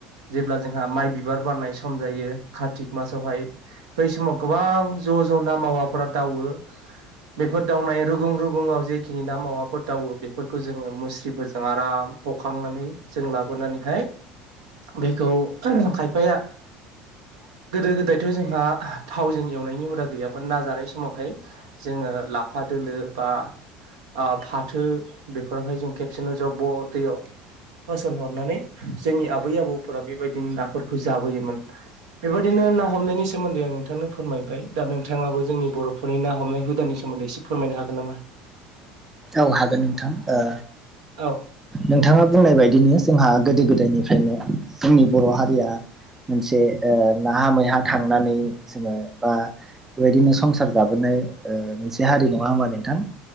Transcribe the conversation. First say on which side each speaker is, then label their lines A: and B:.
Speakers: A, on the right; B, on the right.
A: जेब्ला जोंहा माइ बिबार बारनाय सम जायो कारतिक मासावहाय बै समाव गोबां ज' ज' ना मावाफोरा दावो बेफोर दावनाय रुगुं रुगुङाव जेखिनि ना मावाफोर दावो बेफोरखौ जोङो मुस्रिफोरजों आराम हखांनानै जों लाबोनानैहाय बेखौ खायफाया गोदो गोदाय थ' जोंहा थावजों एवनायनि हुदा गैयामोन ना जानाय समावहाय जोङो लाफा दोलो बा ओ फाथो बेफोरावहाय जों खेबसेनो जब्ब' दैयाव होसनहरनानै जोंनि आबै आबौफोरा बेबायदिनो नाफोरखौ जाबोयोमोन। बेबायदिनो ना हमनायनि सोमोन्दै आं नोंथांनो फोरमायबाय दा नोंथाङाबो जोंनि बर' फोरनि ना हमनाय हुदानि सोमोन्दै एसे फोरमायनो हागोन नामा?
B: औ हागोन नोंथां। ओ
A: औ
B: नोंथाङा बुंनाय बायदिनो जोंहा गोदो गोदायनिफ्रायनो जोंनि बर' हारिया मोनसे ओ नाहा मैहा थांनानै जोङो बा बेबायदिनो संसार जाबोनाय ओ मोनसे हारि नङा होमबा नोंथां